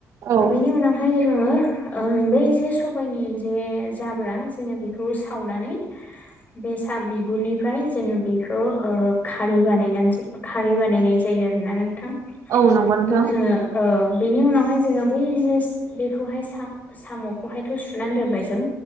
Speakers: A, on the right (about 70°); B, on the left (about 30°).
A: औ
B: बिनि उन हाय जोङो ओ बै जे सबायनि जे जाब्रा जोङो बेखौ सावनानै बेसा बिगुरनिफ्राय जोङो बेखौ ओ खारै बानायनानै <unintelligible> खारै बानायनाय जायो आरोना नोंथां
A: औ नंगौ नोंथां
B: थ' जोङो ओ बेनि उनावहाय जोङो बै बेखौहाय सा साम'खौहायथ' सुनानै दोनबाय जों